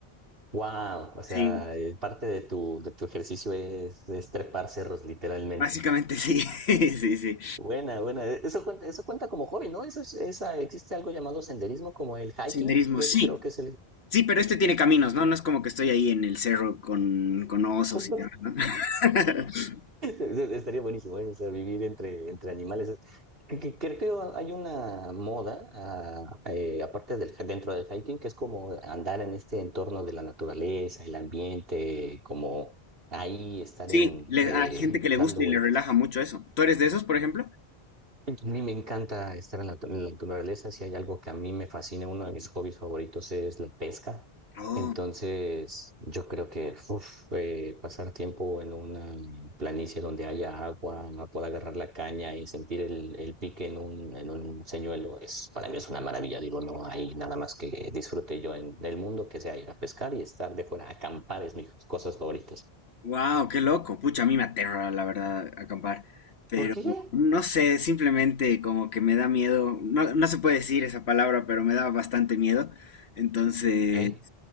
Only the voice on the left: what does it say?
sí,
básicamente sí, <laughs> sí, sí.
Senderismo,
sí.
Sí, pero este tiene caminos, ¿no? No es como que estoy ahí en el cerro con, con osos
y demás, ¿no? <laughs>
Sí,
le-
hay gente que le
gusta
y le relaja mucho eso. ¿Tú eres de esos, por ejemplo?
Oh,
wow, qué loco. Pucha, a mí me aterra, la verdad, acampar. Pero
no sé, simplemente como que me da miedo. No, no se puede decir esa palabra, pero me da bastante miedo. Entonces,